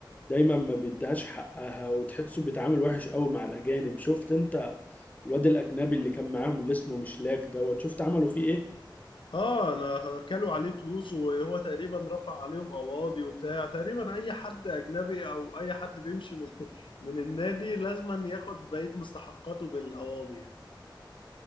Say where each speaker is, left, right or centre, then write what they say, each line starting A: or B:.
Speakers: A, on the left; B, on the left.
A: دايما ما بيديهاش حقها وتحسه بيتعامل وحش قوي مع الاجانب شفت انت الواد الأجنبي اللي كان معاهم اللي اسمه مشلاك دوت شفت عملوا فيه إيه؟
B: اه انا كلوا عليه فلوس وهو تقريبا رفع عليهم قواضي وبتاع تقريبا اي حد اجنبي او اي حد بيمشي من, <laughs> من النادي لازم ياخد بقية مستحقاته بالقواضي يعني